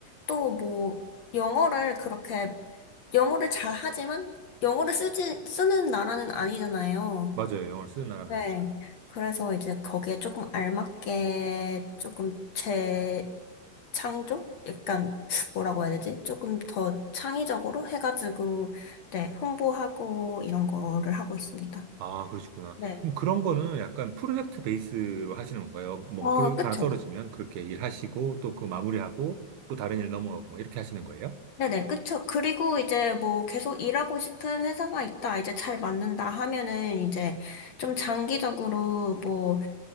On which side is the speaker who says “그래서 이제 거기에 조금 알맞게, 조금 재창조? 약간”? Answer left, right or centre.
Left